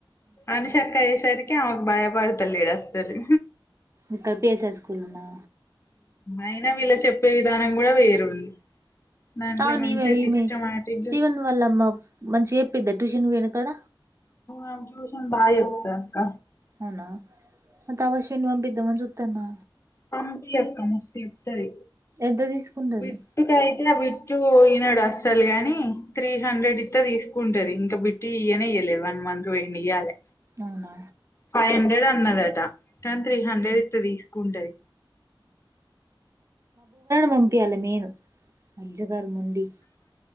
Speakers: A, on the left; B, on the right.
A: అనుషక్క ఏ సైడ్ ఆమెకు బయపడుతలేడు అస్సలు
B: ఇక్కడ పిఎస్ఆర్ స్కూల్ లోనా
A: అయిన వీళ్ళ చెప్పే విధానం కూడా వేరుంది దాంట్లో
B: అవును
A: మంచిగా
B: ఈమే ఈమే
A: సిస్టమాటిక్
B: శ్రీవన్ వాళ్ళమ్మ మంచిగా చెప్పింద్ ట్యూషన్ పోయిన కాడ
A: ఆ ట్యూషన్ బాగా చెప్తారు అక్క
B: అవునా మా అవిశ్వన్ పంపిదమా చూ త్తనా
A: పంపి అక్క మస్తుగా చెప్తది
B: ఎంత తీసుకుంటది
A: బిట్టు కైతే బిట్టు ఈనా వస్త గాని త్రీ హండ్రెడ్ ఇస్తే తీసుకుంటది ఇంకా బిట్టు ఇయ్యనే ఇయలేదు వన్ మంత్ పోయిండు ఇయాలి
B: అవునా
A: ఫైవ్ హండ్రెడ్ అన్న <unintelligible> మొత్తం త్రీ హండ్రెడ్ ఇస్తే తీసుకుంటది
B: పంపియాలా మైను జాగర్ మొండి